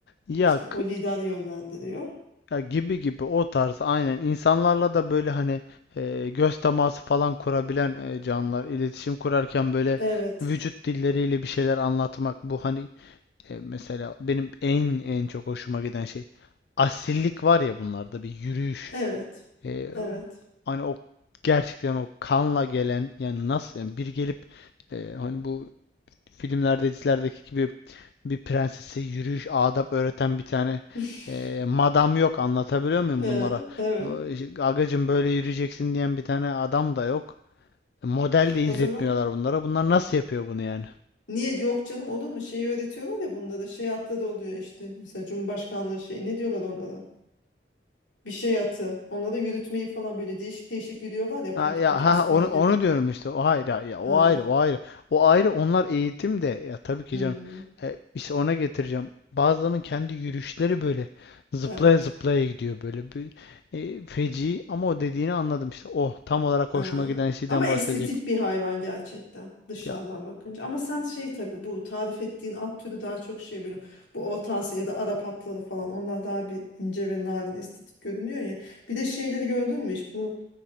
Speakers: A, on the left; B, on the left.
A: Ya,
B: İşte o
A: k-
B: lider yönlendiriyor.
A: ya gibi gibi o tarz aynen insanlarla da böyle hani e, göz teması falan kurabilen e, canlılar iletişim kurarken böyle
B: Evet.
A: vücut dilleriyle bir şeyler anlatmak bu hani E, mesela benim en en çok hoşuma giden şey asillik var ya bunlarda bir yürüyüş.
B: Evet.
A: E,
B: Evet.
A: hani o gerçekten o kanla gelen yani nasıl yani bir gelip e, hani bu filmlerde dizilerdeki gibi bir prensese yürüyüş adap öğreten bir tane
B: <laughs>
A: e, madam yok anlatabiliyor muyum
B: Ee,
A: bunlara?
B: evet.
A: O, işte, Agacım böyle yürüyeceksin diyen bir tane adam da yok. E, Model de izletmiyorlar
B: O zaman
A: bunlara. Bunlar nasıl yapıyor bunu yani?
B: Niye yok canım olur mu? Şeyi öğretiyorlar ya bunlara. Şey atlı da oluyor işte. Mesela Cumhurbaşkanlığı şey ne diyorlar onlara? Bir şey atı. Onlara yürütmeyi falan böyle değişik değişik yürüyorlar ya
A: Ha,
B: pat
A: ya
B: pat asker
A: ha ha, onu
B: gibi.
A: onu diyorum işte. O ayrı ha, ya o
B: Ha.
A: ayrı o ayrı. O ayrı onlar eğitim de ya tabii ki
B: hmm,
A: canım. E, işte ona getireceğim. Bazılarının kendi yürüyüşleri böyle zıplaya
B: Evet.
A: zıplaya gidiyor böyle bir e, feci ama o dediğini anladım işte. Oh tam olarak
B: Ha.
A: hoşuma giden şeyden
B: Ama estetik
A: bahsedecektim.
B: bir hayvan gerçekten dışarıdan
A: Ya
B: bakınca. Ama sen şey tabii bu tarif ettiğin at türü daha çok şey böyle bu Orta Asya ya da Arap atları falan onlar daha bir ince ve narin estetik görünüyor ya. Bir de şeyleri gördün mü hiç? Bu